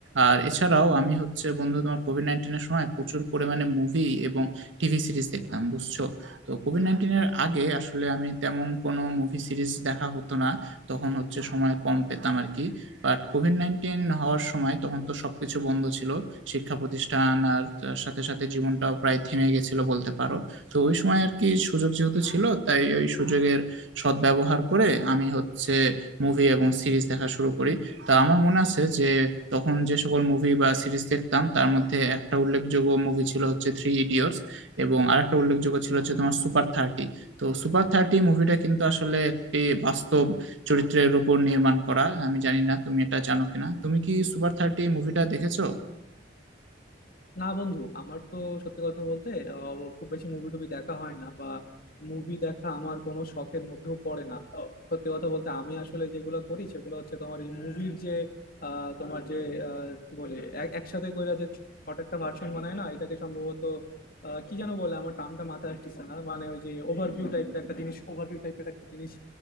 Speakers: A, on the right; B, on the left.
A: আর এছাড়াও আমি হচ্ছে বন্ধু তোমার কোভিড নাইন্টিনের সময় প্রচুর পরিমাণে মুভি এবং টিভি সিরিজ দেখতাম বুঝছো তো কোভিড নাইন্টিনের আগে আসলে আমি তেমন কোনো মুভি সিরিজ দেখা হতো না তখন হচ্ছে সময় কম পেতাম আর কি বাট কোভিড নাইন্টিন হওয়ার সময় তখন তো সবকিছু বন্ধ ছিল শিক্ষা প্রতিষ্ঠান আর তার সাথে সাথে জীবনটাও প্রায় থেমে গেছিল বলতে পারো তো ওই সময় আর কি সুযোগ যেহেতু ছিল তাই ওই সুযোগের সদ্ব্যবহার করে আমি হচ্ছে মুভি এবং সিরিজ দেখা শুরু করি তা আমার মনে আছে যে তখন যে সকল মুভি বা সিরিজ দেখতাম তার মধ্যে একটা উল্লেখযোগ্য মুভি ছিল হচ্ছে থ্রি ইডিয়টস এবং আরেকটা উল্লেখযোগ্য ছিল হচ্ছে তোমার সুপার থার্টি তো সুপার থার্টি মুভিটা কিন্তু আসলে একটি বাস্তব চরিত্রের উপর নির্মাণ করা আমি জানি না তুমি এটা জানো কিনা তুমি কি সুপার থার্টি মুভিটা দেখেছো
B: না বন্ধু আমার তো সত্যি কথা বলতে আহ, খুব বেশি মুভি টুভি দেখা হয় না বা মুভি দেখা আমার কোনো শখের মধ্যেও পড়ে না সত্যি কথা বলতে আমি আসলে যেগুলো করি সেগুলো হচ্ছে তোমার এই মুভির যে আহ, তোমার যে আহ, কি বলে এক- একসাথে কইরা যে ছোট একটা ভার্সন বানায় না এটাকে সম্ভবত আহ, কি যেন বলে আমার টার্মটা মাথায় আসতেছে না মানে ওই যে ওভারভিউ টাইপের একটা জিনিস ওভারভিউ টাইপের একটা জিনিস